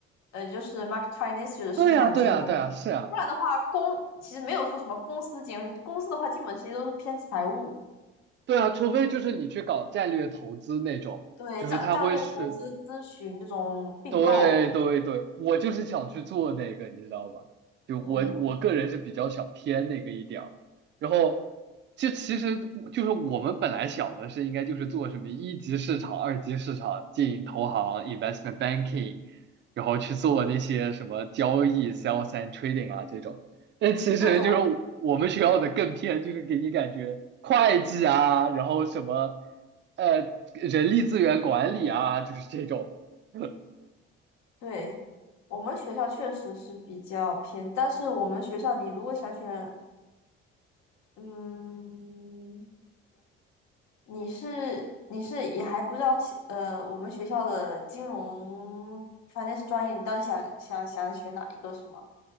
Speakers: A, on the left (about 60°); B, on the right (about 40°).
A: 呃，就是 market finance 就是市场金融。
B: 对呀，对呀，对呀，是啊，
A: 不然的话，公其实没有说什么公司金融，公司的话基本其实都是偏财务，
B: 对啊，除非就是你去搞战略投资那种，
A: 对，
B: 就是它会是
A: 战战略投资咨询这种并购，
B: 对对对，我就是想去做那个，你知道吧？就我我个人是比较想偏那个一点儿，
A: 嗯，
B: 然后就其实就是我们本来想的是应该就是做什么一级市场、二级市场、经营投行、investment banking，然后去做那些什么交易、sales and trading 啊这种。但其实就是我们学校的更偏，
A: 这种
B: 就是给你感觉会计啊，然后什么呃人力资源管理啊，就是这种。<laughs>
A: 对，我们学校确实是比较偏，但是我们学校你如果想选，嗯，你是你是也还不知道西呃，我们学校的金融反正是专业，你到底想想想学哪一个是吗？